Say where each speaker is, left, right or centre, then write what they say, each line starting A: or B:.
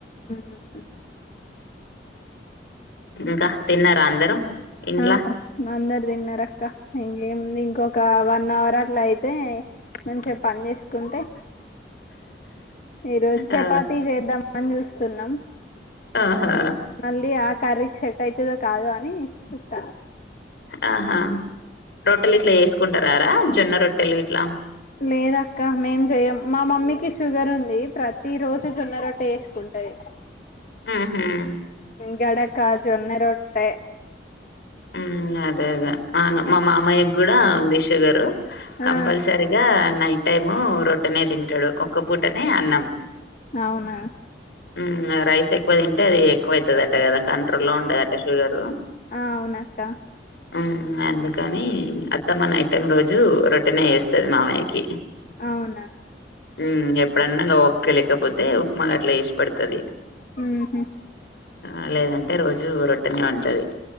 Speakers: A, on the left (about 45°); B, on the left (about 80°).
A: హూ హమ్
B: ఇంకా తిన్నారా అందరూ ఇంట్లా?
A: ఆ అందరూ తిన్నరు అక్క ఏముంది ఇంకొక వన్ అవర్ అట్లా అయితే మంచిగా పని చేసుకుంటే ఈరోజు చపాతీ
B: ఆ!
A: చేద్దాం అని చూస్తున్నాం
B: ఆహా
A: మళ్ళీ ఆ కర్రీకి సెట్ అయితదో కాదో అని చూస్తాన
B: ఆహా రొట్టెలు ఇట్లా చేసుకుంటారారా జొన్న రొట్టెలు ఇట్లా
A: లేదక్క మేం చెయం మా మమ్మీకి షుగర్ ఉంది ప్రతి రోజు జొన్న రొట్ట చేసుకుంట టది
B: హూ హమ్
A: గడ కాజొన్నె రొట్టె
B: ఉమ్ అదే అదే అవును మా మామయ్య గుడా ఉంది షుగరు. కంపల్సరిగా
A: ఆ
B: నైట్ టైము రొట్టెనే తింటడు, ఒక్క పూటనే అన్నం.
A: అవునా.
B: ఉమ్ రైస్ ఎక్కువ తింటే అది ఎక్కువ అవుతదట కదా కంట్రోల్లో లో ఉండదట షుగరు.
A: ఆ అవునక్క
B: ఉమ్ అందుకని అత్తమ్మ నైట్ టైం రోజు రొట్టనే ఏస్ స్తది మామయ్యకి
A: అవునా
B: ఉమ్ ఎప్పుడన్నా ఒపిక లేకపోతే ఉప్మా గట్ల చేసి పెడతది.
A: ఉహు
B: ఆ లేదంటే రోజు రొట్టనే ఉంటది.